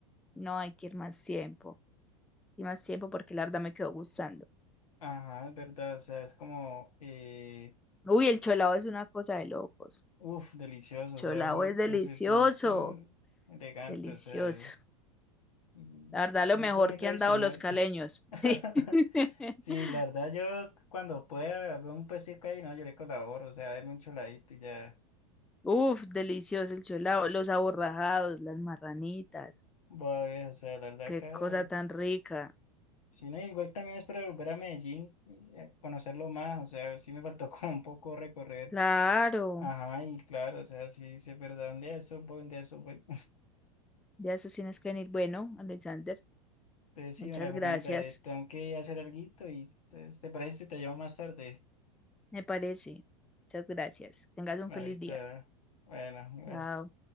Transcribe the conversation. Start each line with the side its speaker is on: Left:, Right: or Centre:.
Centre: No hay que ir más tiempo, y más tiempo porque la verdad me quedó gustando.
Left: Ajá, es verdad, o sea, es como... eh,
Centre: Uy, el cholao es una cosa de locos.
Left: Uf, delicioso,
Centre: Cholao
Left: o sea, algo
Centre: es
Left: dulcecito,
Centre: delicioso,
Left: elegante,
Centre: delicioso.
Left: o sea, es- y,
Centre: La verdad, lo
Left: y
Centre: mejor
Left: eso es muy
Centre: que
Left: tradicional.
Centre: han dado los caleños. Sí.
Left: <laughs>
Centre: <laughs>
Left: Sí, la verdad yo cuando pueda veo un puestico ahí, no, yo le colaboro, o sea, hay un choladito y ya
Centre: Uf, delicioso el cholao, los aborrajados, las marranitas.
Left: voy a ver, o sea, la verdad
Centre: Qué
Left: acá,
Centre: cosa tan rica.
Left: sí, no, igual también es para volver a Medellín, y, eh, conocerlo más, o sea, sí me faltó <laughs> como un poco recorrer,
Centre: Claro,
Left: ajá, y claro, o sea, sí, sí es verdad, un día de estos voy, un día de estos voy.
Centre: ya eso tienes que venir. Bueno, Alexander,
Left: Entonces, sí,
Centre: muchas
Left: María Fernanda,
Centre: gracias.
Left: eh, tengo que hacer alguito y entonces, ¿te parece si te llamo más tarde?
Centre: Me parece. Muchas gracias. Tengas un
Left: Vale,
Centre: feliz
Left: chao.
Centre: día.
Left: Bueno, bueno.
Centre: Chao.